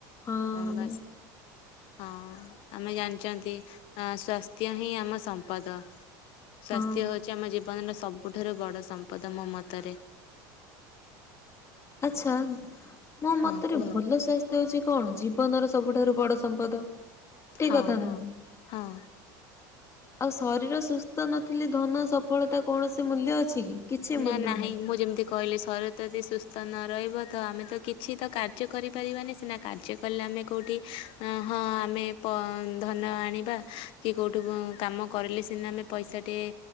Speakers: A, on the left (about 30°); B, on the left (about 60°).
A: ହଁ ହଁ।
B: ବାସ୍ ହଁ ଆମେ ଜାଣିଛନ୍ତି ସ୍ୱାସ୍ଥ୍ୟ ହିଁ ଆମ ସମ୍ପଦ। ସ୍ୱାସ୍ଥ୍ୟ
A: ହଁ
B: ହଉଛି ଆମ ଜୀବନର ସବୁଠାରୁ ବଡ଼ ସମ୍ପଦ ମୋ ମତରେ।
A: ଆଛା ମୋ
B: ହଁ
A: ମତରେ
B: କୁହ।
A: ଭଲ ସ୍ୱାସ୍ଥ୍ୟ ହଉଛି କଣ ଜୀବନର ସବୁଠାରୁ ବଡ ସମ୍ପଦ ଠିକ
B: ହଁ
A: କଥା
B: ହଁ।
A: ନା
B: ହଁ
A: ଆଉ ଶରୀର ସୁସ୍ଥ ନଥିଲେ ଧନ ସଫଳତା କୌଣସି ମୂଲ୍ୟ ଅଛି କି। କିଛି ମୂଲ୍ୟ
B: ନା ନାହିଁ ମୁଁ ଯେମିତି କହିଲେ ଶରୀର ଯଦି ସୁସ୍ଥ ନ ରହିବ ତ ଆମେ ତ କିଛି ତ କାର୍ଯ୍ୟ କରିପାରିବାନି ସିନା କାର୍ଯ୍ୟ କଲେ ଆମେ କୋଉଠି ହଁ ଆମେ ଧନ ଆଣିବା। କି କୋଉଠୁ କାମ କରିଲେ ସିନା ଆମେ ପଇସାଟିଏ